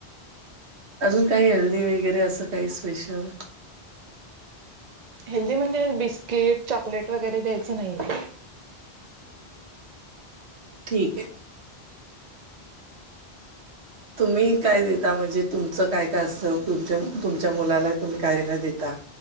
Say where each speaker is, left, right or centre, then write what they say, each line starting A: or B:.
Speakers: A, on the right; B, on the right.
A: अजून काही हेल्दी वगैरे असं काही, स्पेशल.
B: हेल्दी म्हणजे, बिस्किट, चॉकलेट वगैरे द्यायचं नाहीये.
A: ठीके. तुम्ही काय देता, म्हणजे तुमचं काय काय असतं, तुमच्या तुमच्या मुलाला तुम्ही काय काय देता.